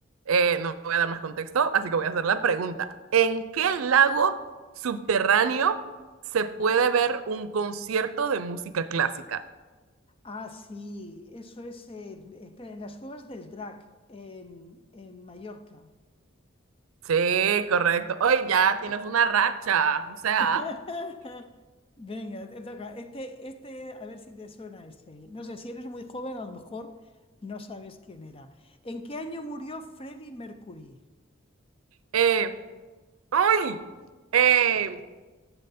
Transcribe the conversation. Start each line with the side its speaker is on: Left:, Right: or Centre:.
Right: Eh, no voy a dar más contexto, así que voy a hacer la pregunta. ¿En qué lago subterráneo se puede ver un concierto de música clásica?
Left: Ah, sí, eso es en, espera, en las cuevas del Drac, en, en Mallorca.
Right: Sí, correcto. Hoy ya tienes una racha. O sea,
Left: <laughs> Venga, te toca. Este, este, a ver si te suena este. No sé, si eres muy joven, a lo mejor no sabes quién era. ¿En qué año murió Freddie Mercury?
Right: eh, ¡ay! Eh,